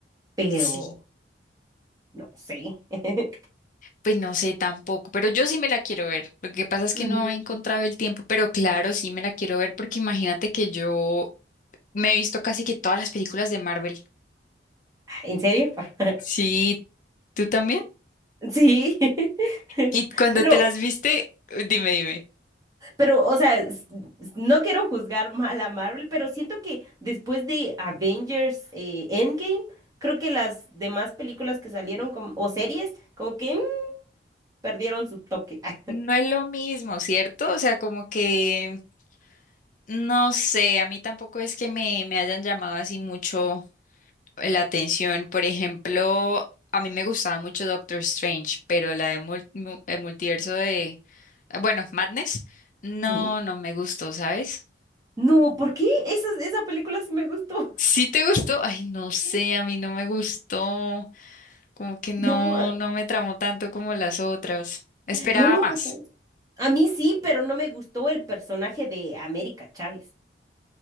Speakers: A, on the right; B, on the left.
A: pero
B: sí,
A: no sé. <laughs>
B: pues no sé tampoco, pero yo sí me la quiero ver. Lo que pasa es que
A: Ujú.
B: no he encontrado el tiempo, pero claro, sí me la quiero ver porque imagínate que yo me he visto casi que todas las películas de Marvel.
A: ¿En serio? <laughs>
B: Sí, ¿tú también?
A: Sí, <laughs>
B: Y cuando
A: pero
B: te las viste, dime, dime.
A: Pero, o sea, s- no quiero juzgar mal a Marvel, pero siento que después de Avengers eh, Endgame, creo que las demás películas que salieron como- o series, como que mm, perdieron su toque. Ah,
B: No es lo mismo, ¿cierto? O sea, como que no sé, a mí tampoco es que me, me hayan llamado así mucho la atención. Por ejemplo, a mí me gustaba mucho Doctor Strange, pero la de mul- mu- el multiverso de, bueno, Madness, no,
A: sí.
B: no me gustó, ¿sabes?
A: No, ¿por qué? Esa, esa película sí me gustó.
B: ¿Sí te gustó? Ay, no sé,
A: Sí.
B: a mí no me gustó. Como que no,
A: No, a-
B: no me tramó tanto como las otras. Esperaba
A: no,
B: más.
A: ¿sabes? a mí sí, pero no me gustó el personaje de América Chávez.